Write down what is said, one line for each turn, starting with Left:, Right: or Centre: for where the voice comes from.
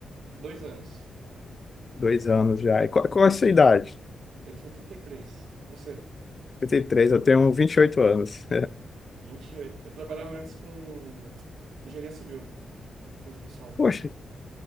Right: Dois anos.
Left: Dois
Right: Só
Left: anos
Right: dois-
Left: já. E qual, qual é a sua idade?
Right: Eu tenho 33. E três. E Você?
Left: trinta e três. eu tenho 28 anos.
Right: 28. Eu trabalhava antes com engenharia civil, construção.
Left: <laughs> Poxa,